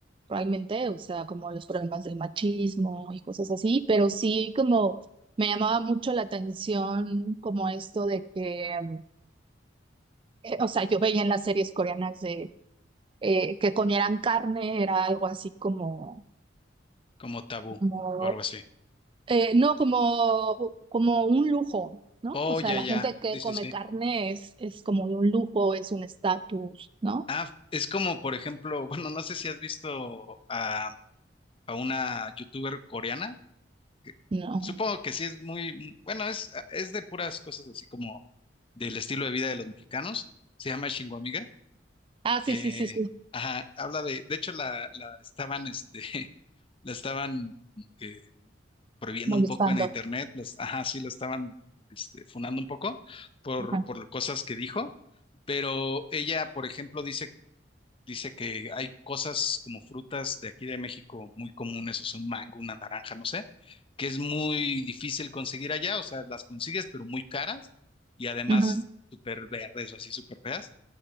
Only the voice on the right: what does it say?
realmente, o sea, como los problemas del machismo y cosas así, pero sí como... Me llamaba mucho la atención como esto de que, mm, eh, o sea, yo veía en las series coreanas de eh, que comieran carne era algo así como,
como
eh, no, como, como un lujo, ¿no?
O sea,
la
gente que
come
carne es, es como un lujo, es un estatus, ¿no?
No.
Ah,
sí, sí, sí, sí,
molestando.
Ajá,
ujú,